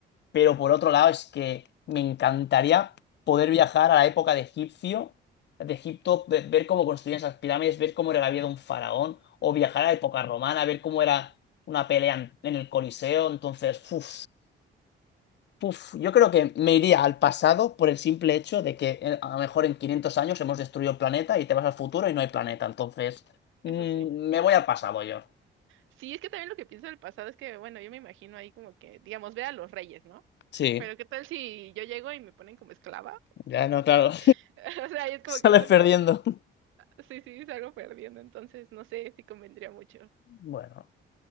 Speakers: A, on the left; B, on the right.
A: Pero por otro lado es que me encantaría poder viajar a la época de Egipcio, de Egipto, ve- ver cómo construían esas pirámides, ver cómo era la vida de un faraón, o viajar a la época romana, ver cómo era una pelea en, en el Coliseo, entonces, uff. Uf, yo creo que me iría al pasado por el simple hecho de que eh, a lo mejor en 500 años hemos destruido el planeta y te vas al futuro y no hay planeta. Entonces, mm,
B: Eso sí.
A: me voy al pasado yo.
B: Sí, es que también lo que pienso del pasado es que, bueno, yo me imagino ahí como que, digamos, ve a los reyes, ¿no?
A: Sí,
B: Pero ¿qué tal si yo llego y me ponen como esclava?
A: ya no, claro.
B: <laughs> O sea, es
A: <laughs>
B: como
A: Sales
B: que digo,
A: perdiendo.
B: no, sí, sí, salgo perdiendo, entonces no sé si convendría mucho.
A: Bueno,